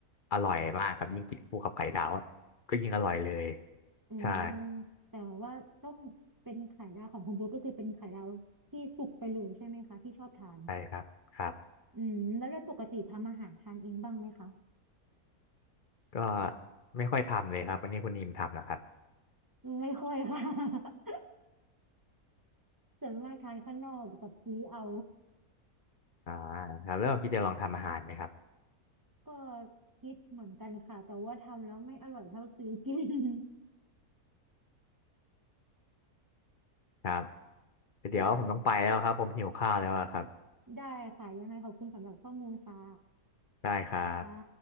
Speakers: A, on the left; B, on the right.
A: อร่อยมากครับยิ่งกินคู่กับไข่ดาวอะก็ยิ่งอร่อยเลย
B: เออ
A: ใช่
B: แต่ว่าต้องเป็นไข่ดาวของคุณโบ๊ทก็คือเป็นไข่ดาวที่สุกไปเลยใช่ไหมคะที่ชอบทาน
A: ใช่ครับครับ
B: อืมแล้วโดยปกติทำอาหารทานเองบ้างไหมคะ
A: ก็ไม่ค่อยทำเลยครับอันนี้คุณนิมทำนะครับ
B: ไม่ค่อยค่ะ <laughs> ส่วนมากทานข้างนอกกับซื้อเอา
A: อ่าครับแล้วคิดจะลองทำอาหารไหมครับ
B: ก็คิดเหมือนกันค่ะแต่ว่าทำแล้วไม่อร่อยเท่าซื้อกิน <laughs>
A: ครับ
B: โอเค
A: เดี๋ยวผมต้องไปแล้วครับผมหิวข้าวแล้วอะครับ
B: ได้ค่ะยังไงขอบคุณสำหรับข้อมูลค่ะ
A: ได้ครับ
B: ค่ะ